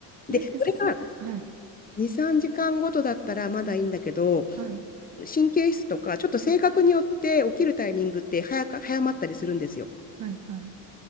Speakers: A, on the right; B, on the left.
A: それってさ、
B: で、それが
A: はい。
B: 2、3時間ごとだったらまだいいんだけど、
A: はい。
B: 神経質とか、ちょっと性格によって起きるタイミングって早か、早まったりするんですよ。
A: はい。はい。